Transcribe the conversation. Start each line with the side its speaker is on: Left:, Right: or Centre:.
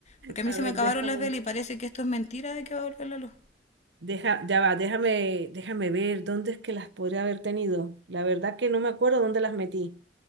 Left: porque a
Right: A
Left: mí se
Right: ver,
Left: me acabaron
Right: déjame,
Left: las velas y parece que esto es mentira de que va a volver la luz.
Right: deja, ya va, déjame, déjame ver dónde es que las podría haber tenido. La verdad que no me acuerdo dónde las metí,